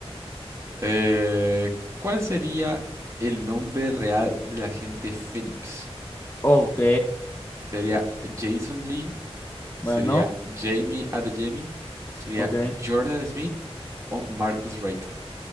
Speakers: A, on the right (about 30°); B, on the left (about 20°).
A: Eh, ¿cuál sería el nombre real de la gente Fénix?
B: Ok,
A: ¿Sería Jason Lee?
B: bueno,
A: ¿Sería Jamie Adeyemi? ¿Sería
B: ok.
A: Jordan Smith o Marcus Wright?